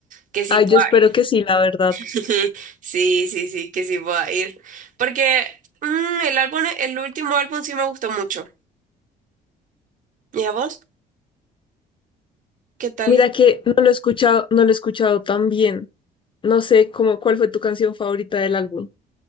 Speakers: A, on the right; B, on the left.
A: que sí
B: Ay,
A: pueda
B: yo espero
A: ir.
B: que sí, la verdad.
A: <laughs> Sí, sí, sí, que sí pueda ir. Porque mm, el álbum, el último álbum sí me gustó mucho. ¿Y a vos? ¿Qué tal?
B: Mira que no lo he escuchado, no lo he escuchado tan bien. No sé cómo, cuál fue tu canción favorita del álbum.